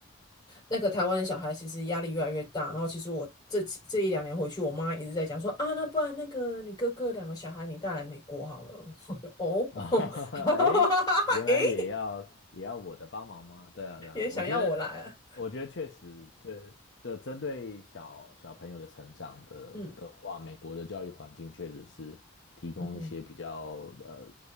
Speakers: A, on the left; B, on the left.
A: 那个台湾的小孩其实压力越来越大，然后其实我这几这一两年回去，我妈一直在讲说啊，那不然那个你哥哥两个小孩你带来美国好了，<laughs> 我就哦，
B: 啊，
A: <laughs>
B: <laughs> 哎，原来也要也要我的帮忙吗？
A: 诶，
B: 对啊，
A: <laughs>
B: 对啊，
A: 也想要我来啊，
B: 我觉得，我觉得确实，这就针对小小朋友的成长的的话，
A: 嗯
B: 美国的教育环境确实是提供一些比较呃，
A: 嗯哼